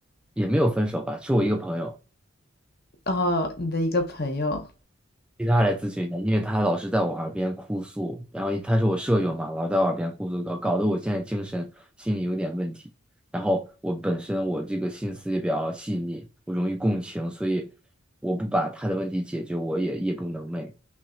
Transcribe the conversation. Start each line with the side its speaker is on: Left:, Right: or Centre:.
Centre: 也没有分手吧，是我一个朋友，
Left: 哦，你的一个朋友。
Centre: 其他来咨询一下，因为他老是在我耳边哭诉，然后他是我舍友嘛，老在我耳边哭诉，搞搞得我现在精神心理有点问题。然后我本身我这个心思也比较细腻，我容易共情，所以我不把他的问题解决，我也夜不能寐。